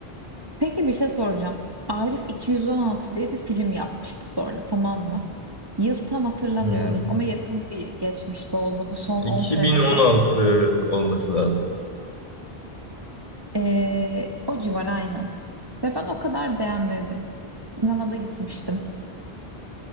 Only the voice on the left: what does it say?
Hı hı.
2016
olması lazım.